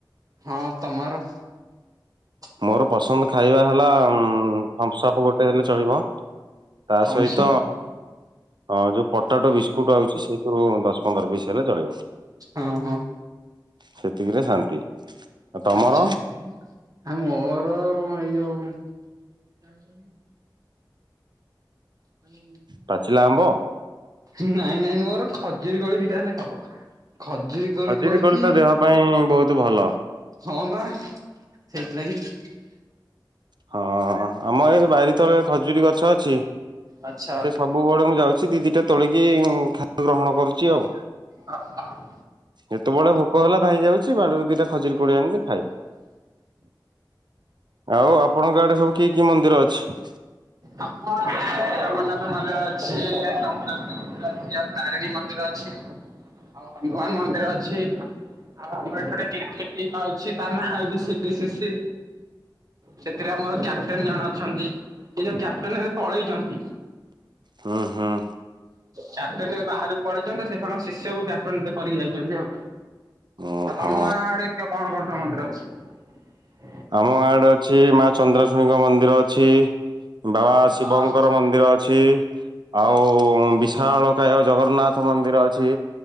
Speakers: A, on the right (about 50°); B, on the right (about 65°).
A: ହଁ ତମର। <inaudible>
B: ମୋର ପସନ୍ଦ ଖାଇବା ହେଲା ଥମ୍ସଅପ୍ ଗୋଟେ ହେଲେ ଚଳିବ। ତା
A: କମିଶନର
B: ସହିତ
A: <inaudible> <inaudible>
B: ଅ ଯୋଉ ପଟାଟୋ ବିସ୍କୁଟ ଆଉଛି ସେଇଥିରୁ ଦଶ ପନ୍ଦର ପିସ୍ ହେଲେ ଚଳିବ
A: ହଁ, ହଁ।
B: ସେତିକିରେ ଶାନ୍ତି। ଆଉ ତମର
A: ଆଛା। ଆ ମୋର ଏଇଁ ଯୋଉ ଆ ଯ
B: ପାଚିଲା ଆମ୍ବ
A: <inaudible> ନାଇଁ ନାଇଁ ମୋର ଖଜୁରୀ କୋଳି ଭିଟା ହେଲେ ହବ। ଖଜୁରୀ କରି
B: ଖଜୁରୀ
A: କଳିକି
B: କୋଳି ତ ଦେହ ପାଇଁ ବହୁତ ଭଲ।
A: ହଁ ବା। ସେଇଟଥିଲାଗଛି। <unintelligible>
B: ହଁ ଆମ ଏ ବାରି ତଳେ ଖଜୁରୀ ଗଛ ଅଛି।
A: ଆଚ୍ଛା।
B: ସେ ସବୁବେଳେ ମୁଁ ଯାଉଛି। ସେ ଦି ଦିଟା ତୋଳିକି ଖାଦ୍ୟ ଗ୍ରହଣ କରୁଛି ଆଉ।
A: ହ ହ
B: ଯେତେବେଳେ ଭୋକ ହେଲା ଧାଇଁ ଯାଉଛି। ବାଡିରୁ ଦିଟା ଖଜୁରି କୋଳି ଆଣିଲି ଖାଇଲି। ଆଉ ଆପଣଙ୍କ ଆଡେ ସବୁ କି କି ମନ୍ଦିର ଅଛି?
A: ଆମ ଜଗନ୍ନାଥ ମନ୍ଦିର ଅଛି, <unintelligible> ମନ୍ଦିର ଅଛି ଆଉ ତାରିଣୀ ମନ୍ଦିର ଅଛି। ଆଉ ହନୁମାନ ମନ୍ଦିର ଅଛି। ଆଉ ଆମର ଏଥର କ୍ରିକେଟ ଟିମ୍ ଅଛି ତା ନାଁ ହଉଛିି ସି ବି ସି ସି। ସେଥିରେ ଆମର କ୍ୟାପଟେନ ଜଣେ ଅଛନ୍ତି, ସେ ଯୋଉ କ୍ୟାପଟେନ ପଳେଇଛନ୍ତି।
B: ହୁଁ ହୁଁ
A: ଚାରଟଣେ ବାହାରକୁ ପଳେଇଛନ୍ତି ସେ ତାଙ୍କ ଶିଷ୍ୟକୁ ଜାପାନିତ କରିକି ଯାଇଛନ୍ତି ଆଉ।
B: ଓହୋ
A: ଆଉ ତମ ଗାଁ ଆଡେ କଣ କଣ? ସମରେ ଅଛି। <unintelligible>
B: ଆମ ଗାଁଆଡେ ଅଛି ମା ଚନ୍ଦ୍ରଶୁଣୀଙ୍କ ମନ୍ଦିର ଅଛି। ବାବା ଶିବଙ୍କର
A: ହଁ
B: ମନ୍ଦିର ଅଛି ଆଉ-ଉ-ଉ-ଉ-ଉ ବିଶାଳକାୟ ଜଗନ୍ନା ଜଗନ୍ନାଥ ମନ୍ଦିର ଅଛି